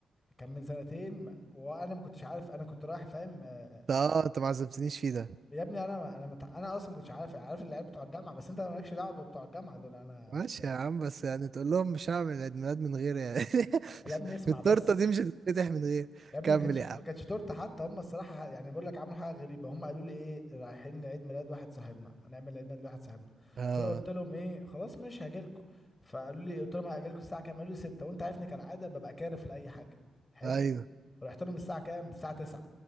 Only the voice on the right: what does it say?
ده اه انت ما عزمتنيش فيه ده
ماشي
يا عم بس يعني تقول لهم مش هعمل عيد ميلاد من غير يعني <laughs>
التورتة
دي مش هتتفتح من غير
كمل
يا عم
اه
ايوه